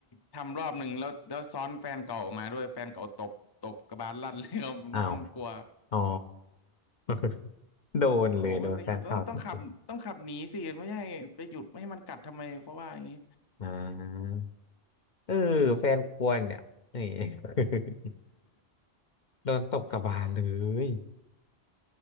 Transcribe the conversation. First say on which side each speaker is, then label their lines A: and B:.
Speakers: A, on the left; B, on the left.
A: ทำรอบหนึ่งแล้วแล้วซ้อนแฟนเก่ามาด้วยแฟนเก่าตบตบกระบาลลั่นเลยครับ <laughs> มันมันกลัว
B: อ้าว อ๋อ <laughs> โดนเลยโดนแฟนเก่าตบ
A: บอกว่าสิต้องต้องขับต้องขับหนีสิไม่ใช่ไปหยุดไม่ให้มันกัดทำไมเขาว่าอย่างนี้
B: อ่าเออแฟนควรเนี่ยนี่ <laughs> โดนตบกลับบานเลย